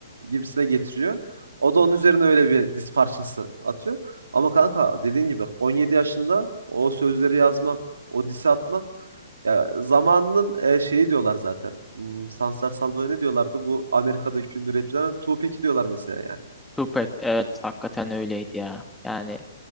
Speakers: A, on the right; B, in the centre.
A: gibisine getiriyor. O da onun üzerine öyle bir diz parçası atıyor. Ama kanka dediğin gibi 17 yaşında o sözleri yazmak, o disi atmak ya zamanının e, şeyi diyorlar zaten. Hmm, Sansar Salvo'ya ne diyorlardı? Bu Amerika'daki ünlü rapçilere Tupac'i diyorlar mesela yani.
B: Tupac evet hakikaten öyleydi ya. Yani